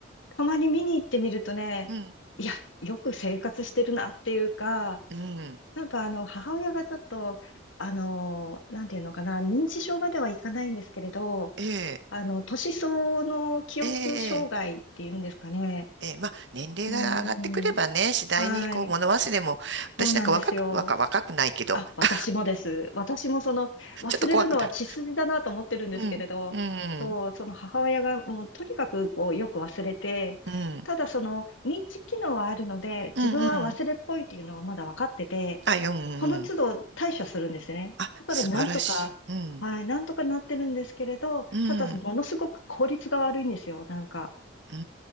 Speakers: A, on the left (about 75°); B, on the right (about 60°).
A: たまに見に行ってみるとね、
B: うん、
A: いや、よく生活してるなっていうか、
B: うん、
A: なんかあの、母親がちょっと、あの、なんていうのかな、認知症まではいかないんですけれど、
B: ええ、
A: あの、年相応の記憶障害っていうんですかね。
B: ええ、ええーまあ、年齢が上がってくればね、
A: うーん、
B: 次第にこう物忘れも、
A: はい、
B: 私なんか若く、
A: そうなんですよ。
B: 若、若くないけど、
A: あ、私もです。
B: あ、
A: 私もその、忘れるのは血筋だなと思ってるんですけれど、
B: ちょっと怖くなる。うん、うん、
A: そう、その母親がもうとにかくこうよく忘れて、
B: うん、
A: ただその認知機能はあるので、自分は忘れっぽいっていうのはまだ分かってて、
B: うん、うん。あ、うん、うんうん。
A: その都度対処するんですね。
B: あ、
A: だからなんとか、
B: 素晴らしい。うん、
A: はい、なんとかなってるんですけれど、
B: うん、
A: ただものすごく効率が悪いんですよ。なんか、
B: うー